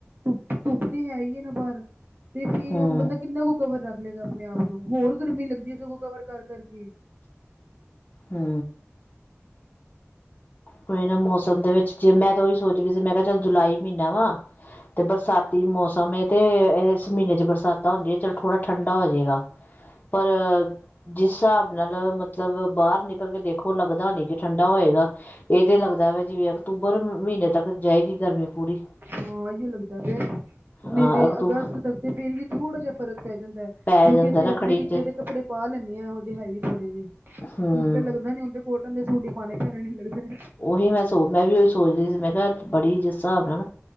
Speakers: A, on the right (about 45°); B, on the left (about 35°).
A: ਧੁੱਪ ਤੇ ਹੈ ਹੀ ਹੈ ਨਾ ਬਾਹਰ ਤੇ ਫੇਰ ਵੀ
B: ਹੂੰ
A: ਹੁਣ ਬੰਦਾ ਕਿੰਨਾ ਕੁ ਕਵਰ ਰੱਖ ਲਏਗਾ ਆਪਣੇ ਆਪ ਨੂੰ ਹੋਰ ਗਰਮੀ ਲੱਗਦੀ ਹੈ ਸਗੋਂ ਕਵਰ ਕਰ ਕਰਕੇ।
B: ਹੂੰ ਕੋਈ ਨਾ ਮੌਸਮ ਦੇ ਵਿੱਚ ਜੇ ਮੈਂ ਤਾਂ ਉਹੀ ਸੋਚ ਵੀ ਰਈ ਸੀ ਮੈਂ ਕਿਹਾ ਚੱਲ ਜੁਲਾਈ ਮਹੀਨਾ ਵਾ ਤੇ ਬਰਸਾਤੀ ਮੌਸਮ ਏ ਤੇ ਇਸ ਮਹੀਨੇ ਚ ਬਰਸਾਤਾਂ ਹੁੰਦੀਆਂ ਚਲ ਥੋੜ੍ਹਾ ਠੰਡਾ ਹੋ ਜਾਏਗਾ ਪਰ ਜਿਸ ਹਿਸਾਬ ਨਾਲ਼ ਮਤਲਬ ਬਾਹਰ ਨਿਕਲ ਕੇ ਦੇਖੋ ਲੱਗਦਾ ਨੀ ਕਿ ਠੰਡਾ ਹੋਏਗਾ। ਇਹ ਤੇ ਲੱਗਦਾ ਵਾ ਜਿਵੇਂ ਅਕਤੂਬਰ ਮਹੀਨੇ ਤੱਕ ਜਾਏਗੀ ਗਰਮੀ ਪੂਰੀ।
A: ਹਾਂ ਇਓ ਲੱਗਦਾ ਪਿਆ
B: ਹਾਂ
A: ਨਹੀਂ ਤੇ
B: ਅਕਤੂ
A: ਅਗਸਤ ਤੱਕ ਤੇ ਫੇਰ ਵੀ ਥੋੜਾ ਜ ਫ਼ਰਕ ਪੈ ਜਾਂਦਾ ਏ। ਕਿਉਂਕਿ
B: ਪੈ ਜਾਂਦਾ
A: ਅਸੀਂ ਰੱਖੜੀ ਟਿੱਕੇ
B: ਚ
A: ਦੇ ਕੱਪੜੇ ਪਾ ਲੈਂਨੇ ਹਾਂ ਇਹੋ ਜਿਹੇ ਹੈਵੀ ਥੋੜ੍ਹੇ ਜੇ
B: ਹੂੰ
A: ਹੁਣ ਤਾਂ ਲੱਗਦਾ ਨੀ ਹੁਣ ਕੋਟਨ ਦੇ ਸੂਟ ਹੀ ਪਾਣੇ ਪੈਣੇ ਨੇ ਲੱਗਦੇ।
B: ਉਹੀ ਮੈਂ ਸੋ ਮੈਂ ਵੀ ਉਹੀ ਸੋਚਦੀ ਸੀ ਮੈਂ ਕਿਹਾ ਬੜੀ ਜਿਸ ਹਿਸਾਬ ਨਾਲ਼ ਨਾ।